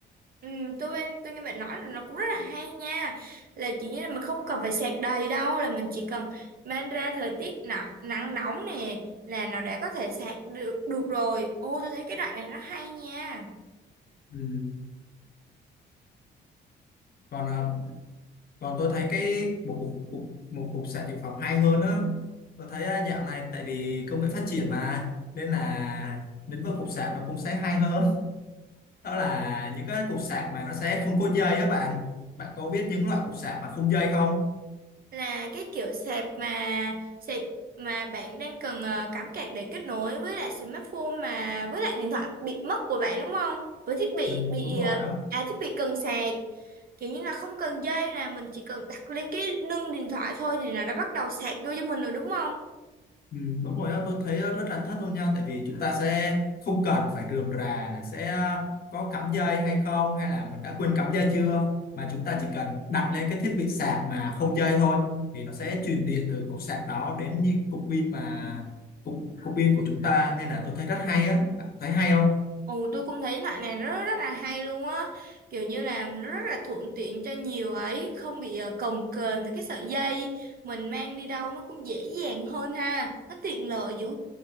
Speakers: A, on the right; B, on the left.
A: Ừ, tôi em tôi nghe bạn nói là nó cũng rất là hay nha là chỉ như là mình không cần phải sạc đầy đâu là mình chỉ cần mang ra thời tiết nắng, nắng nóng nè là nó đã có thể sạc được được rồi ô tôi thấy cái đoạn này nó hay nha
B: ừ. còn ờ, còn tôi thấy cái một cục, cục một cục sạc dự phòng hay hơn á tôi thấy ờ, dạo này tại vì công nghệ phát triển mà nên là lĩnh vực cục sạc nó cũng sẽ hay hơn đó là những cái cục sạc mà nó sẽ không có dây á bạn bạn có biết những loại cục sạc mà không dây không
A: là cái kiểu sạc mà sạc mà bạn đang cần ờ, cắm cạc để kết nối với lại smartphone mà với lại điện thoại bị mất của bạn đúng không? Với thiết bị
B: ừ,
A: bị
B: đúng rồi
A: ờ,
B: á
A: à thiết bị cần sạc kiểu như là không cần dây nè mình chỉ cần đặt lên cái nâng điện thoại thôi thì là nó bắt đầu sạc vô cho mình rồi đúng không?
B: ừ, đúng rồi á tôi thấy á, rất là thích luôn nha tại vì chúng ta sẽ không cần phải rườm rà là sẽ có cắm dây hay không hay là mình đã quên cắm dây chưa mà chúng ta chỉ cần đặt lên cái thiết bị sạc mà không dây thôi thì nó sẽ truyền điện từ cục sạc đó đến như cục pin mà cục cục pin của chúng ta nên là tôi thấy rất hay á bạn thấy hay không
A: Ồ tôi cũng thấy loại này nó rất là hay luôn á kiểu như là nó rất là thuận tiện cho nhiều ấy không bị ờ, cồng kềnh với cái sợi dây mình mang đi đâu nó cũng dễ dàng hơn ha nó tiện lợi dữ